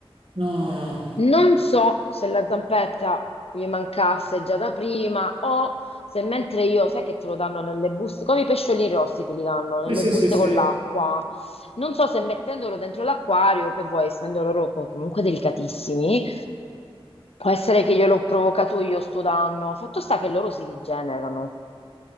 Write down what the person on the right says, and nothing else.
No.
Sì, sì,
sì, sì.